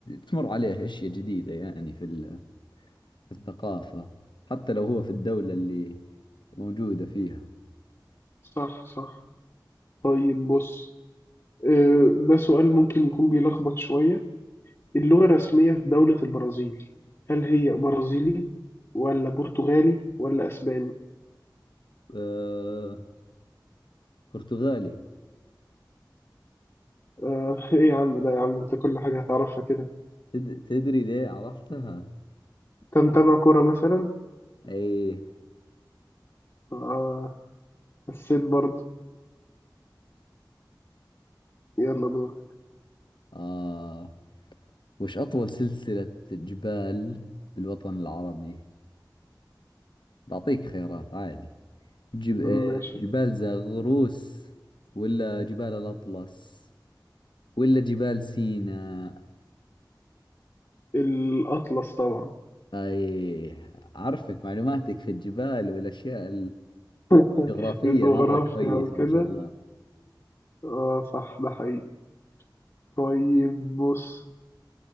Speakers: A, on the left; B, on the left.
A: تمر عليه اشياء جديدة يعني في ال- في الثقافة حتى لو هو في الدولة اللي موجودة فيها
B: صح صح طيب بص آه، ده سؤال ممكن يكون بيلخبط شوية اللغة الرسمية في دولة البرازيل هل هي برازيلي ولا برتغالي ولا أسباني؟
A: أه برتغالي
B: آه، <laughs> إيه يا عم ده يا عم أنت كل حاجة هتعرفها كده
A: تد... تدري ليه عرفتها
B: أنت متابع كورة مثلا؟
A: ايه
B: آه حسيت برضه يلا دور
A: اه وش اطول سلسلة جبال بالوطن العربي بعطيك خيارات عادي جب... آه،
B: ماشي
A: جبال زاغروس ولا جبال الأطلس ولا جبال سيناء
B: الأطلس طبعا
A: أي أعرفك معلوماتك في الجبال والأشياء
B: <laughs>
A: الجغرافية
B: الجغرافيا
A: مرة كويسة
B: وكده
A: ما شاء الله
B: آه صح ده حقيقي طيب بص